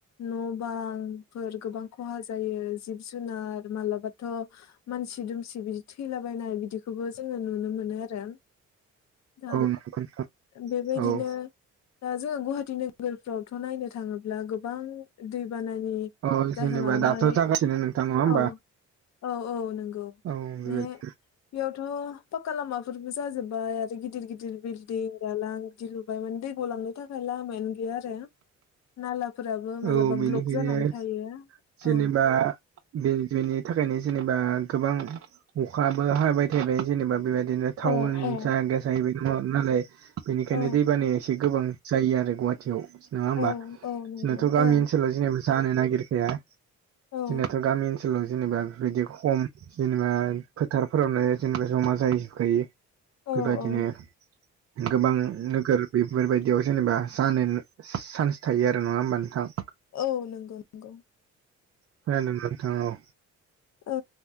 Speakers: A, on the left (about 65°); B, on the right (about 50°).
A: न' बां फोर गोबां खहा जायो जिब जुनार मालाबाथ' मानसि दुमसि बिदि थैलाबायनाय बिदिखौबो जोङो नुनो मोनो आरो। दा
B: औ नंगौ नोंथां
A: बेबायदिनो
B: औ
A: दा जोङो गुवाहाटि नोगोरफ्रावथ' नायनो थाङोब्ला गोबां दैबानानि
B: अ
A: जाहोनावहाय
B: जेनेबा दाथ' जागासिनो नोंथां नङा होमबा?
A: औ औ औ नंगौ
B: औ बेबायदि
A: बे बेयावथ' पाक्का लामाफोरबो जाजोब्बाय आरो गिदिर गिदिर बिलडिं दालां बिदि लुबाय माने दै गलांनो थाखाय लामायानो गैया आरो। नालाफोराबो मालाबा
B: औ बेनिखायनो
A: ब्लक जानानै थायो
B: जेनेबा
A: औ।
B: बे जुयनि थाखायनो जेनेबा गोबां अखाबो हाबाय थाबाय जेनेबा बेबायदिनो टाउन
A: औ औ
B: जाहगा जाहैबाय नालाय बेनिखायनो
A: औ
B: दै बानाया एसे गोबां जायो आरो गुवाहाटियाव नङा होमबा?
A: औ औ नंगौ
B: जोंनाथ' गामि
A: औ
B: ओनसोलाव जेनेबा जानो नागिरखाया
A: औ
B: जोंनाथ' गामि ओन ओनसोलाव जेनेबा बेफोरबायदि खम जेनेबा फोथारफोरावनो जेनेबा जमा जाहैजोबखायो।
A: औ
B: बेबायदिनो गोबां नोगोर बेफोरबायदियाव जेनेबा जानो चान्स थायो आरो। दां नङा होमबा नोंथां?
A: औ नंगौ। नंगौ
B: खोनादों नोंथां औ
A: औ